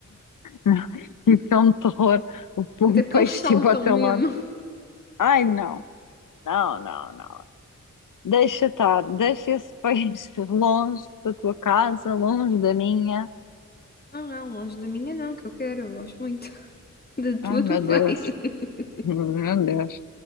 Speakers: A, on the left; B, on the left.
A: não. Tipo, filme de terror, o,
B: Até
A: o
B: porque
A: peixe
B: eles saltam
A: tipo ao teu
B: mesmo.
A: lado. Ai, não, não, não, não. Deixa estar, deixa esse <laughs> peixe longe da tua casa, longe da minha.
B: Não, não, longe da minha não, que eu quero, eu gosto muito. <laughs> Da tua,
A: Ai, meu
B: tudo
A: Deus.
B: bem. <laughs>
A: Meu Deus.